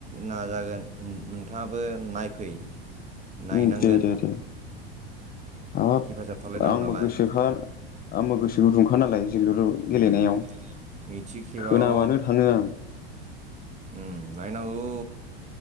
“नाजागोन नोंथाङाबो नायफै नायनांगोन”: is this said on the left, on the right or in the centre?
Right